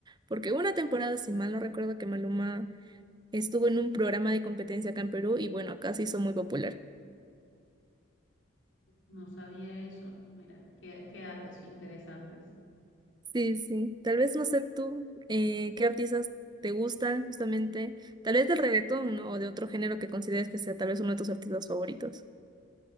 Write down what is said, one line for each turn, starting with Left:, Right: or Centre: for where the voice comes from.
Right: porque hubo una temporada, si mal no recuerdo, que Maluma estuvo en un programa de competencia acá en Perú y bueno, acá se hizo muy popular.
Left: No sabía eso, mira, qué, qué datos interesantes.
Right: Sí, sí. Tal vez no sé tú eh, qué artistas te gustan justamente, tal vez del reggaetón, ¿no? O de otro género que consideres que sea tal vez uno de tus artistas favoritos.